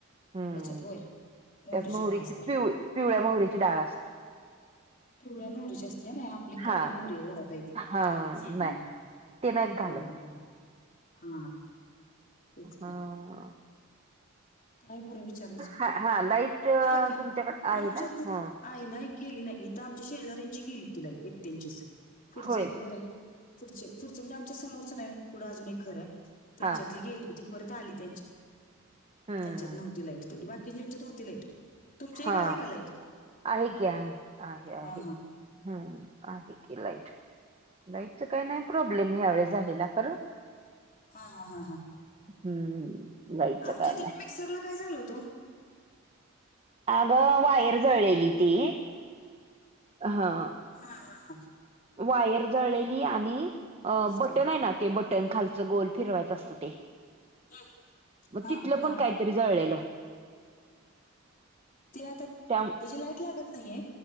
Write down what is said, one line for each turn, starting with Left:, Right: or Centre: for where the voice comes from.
Right: हम्म
Left: त्याच्यात व्हय, मोहरीची
Right: त्यात
Left: डाळ असत्या.
Right: पिवळी पिवळ्या मोहरीची डाळ असती.
Left: पिवळ्या मोहरीची असत्या हा नाय आपली काळी
Right: हा
Left: मोहरी आहे घरात आहे ती
Right: हा
Left: हं.
Right: नाही ते नाहीत
Left: बरोबर
Right: घालत
Left: बरोबर हा. तेच की
Right: हां.
Left: काय बरं विचारायचं
Right: हा
Left: होत,
Right: हा लाईट
Left: हाय की
Right: तुमच्याकडे आहे
Left: आमच्यात
Right: ना
Left: हाय
Right: हा.
Left: की. हाय नाही केली नाही इथ आमच्या शेजाऱ्यांची गेली होती लाईट एकट्यांचीच. पुढचं
Right: होय.
Left: एक घर आहे पुढचे पुढचं म्हणजे आमच्या समोरचं नाही, पुढं अजून एक घर आहे. त्यांच्यातली
Right: हा
Left: गेली होती, परत आली त्यांच्यात,
Right: हम्म
Left: त्यांच्यात नव्हती लाईट तेवढी, बाकी की ज्यांच्यात होती लाईट, तुमच्या
Right: हा
Left: इकड आहे का लाईट?
Right: आहे की आहे आहे आहे
Left: हा हा
Right: हम्म आहे की लाईट. लाईटचा काही नाही प्रॉब्लेम ह्यावेेळस झालेला खरं.
Left: हा हा हा.
Right: हम्म. लाईटच
Left: आमच्या
Right: काय
Left: त्या
Right: नाही
Left: मिक्सरला काय झालं होत ओ?
Right: अगं वायर जळलेली ती हा.
Left: हां हां हां.
Right: वायर जळलेली आणि, अ
Left: तेच
Right: बटन
Left: की
Right: आहे ना ते बटन खालचं गोल फिरवायचं असत ते
Left: हम्म.
Right: म
Left: हा
Right: तिथलं
Left: हा
Right: पण काय तरी जळलेलं.
Left: ते आता त्याची
Right: त्या
Left: लाईट लागत नाहीेये,